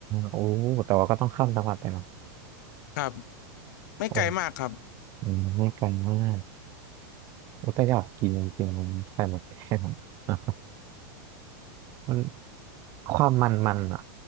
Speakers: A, on the right; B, on the left.
A: โอ้แต่ว่าก็ต้องข้ามจังหวัดไปเนาะ
B: ครับไม่ไกลมากครับ
A: โอ้อืมไม่ไกลมากโอ้แต่อยากกินจริงๆนะไข่มดแดงอะ มันความมันมันอ่ะ